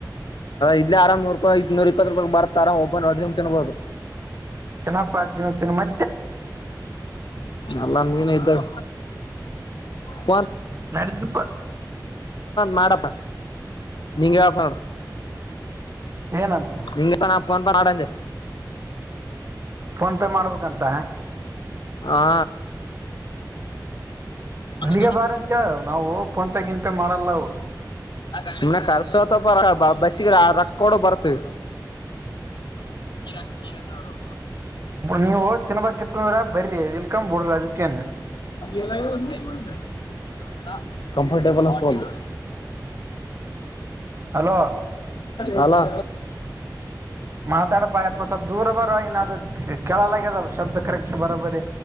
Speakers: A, on the left; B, on the right.
A: ಇಲ್ಲಿ ಆರಾಮ ನೂರಾಪಿ ಇ ನೂ ಇಪ್ಪ ರೂಪಾಯ ಬತ್ತ ಆರಮ ಹೊತ್ತಿತುಂಬ ತಿನ್ಬಹುದು.
B: ತಿನಪ್ಪಾ ತಿನ್ನ ತಿನ ಮೆ.
A: ಅಲ್ಲಾ ನೀನೇ ಇದ್ದಾಗ ಪೋನ್.
B: ನಡಿತೆತ್ ಪಾ.
A: ಮಾಡಪ್ಪ ನೀಂಗ ಹೇಳ್ತೇನ ನೋಡ.
B: ಏನಂತ
A: ನಿಂಗ ತ ನಾ ಫೋನ್ ಪೆ.
B: ಫೋನ್ಪೇ ಮಾಡ್ಬೇಕಂತ.
A: ಹಾ. ಮದ
B: ಮನಿಗೆ ಬಾರ ಅಂತೇಳ ನಾವು ಫೋನ್ ಪೇ ಗಿನ್ ಪೇ ಮಾಡಲ್ಲವು
A: <inaudible> ನಿಮ್ ಕರ್ಸೋತಪರ ಬಸ್ಸಿಗ್ ಆ ರೊಕ್ಕ ಕೊಡು ಬರ್ತೀವ್. ಈಶ ಕಿಶನ್ ಅವರು.
B: ನೀವು ತಿನ್ಬಿತ್ತ ಅಂದ್ರ ಬರ್ರಿ ಇಲ್ಕ್ ಬಿಡ್ರಿ ಅದಕ್ಕೇನು.
A: ಎ ಒಂದಡ <inaudible> ಕಂಫರ್ಟೇಬಲ್ ಅನುಸ್ವಾಲ್ಡು.
B: ಹಲೋ.
A: ಹಲೋ.
B: ಮಾತಾಡಪಾ ಯಪ್ಪ ಸ್ವಲ್ಪ ದೂರ ಬರೊ ಇನ್ನ ಅದು ಕೇಳಲಾಗ್ಯದ ಶಬ್ದ ಕರೆಕ್ಟ್ ಬರೋಬರಿ.